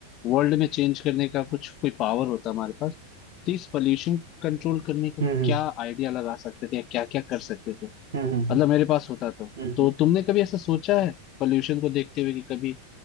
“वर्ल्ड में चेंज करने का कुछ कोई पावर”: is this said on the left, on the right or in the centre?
Left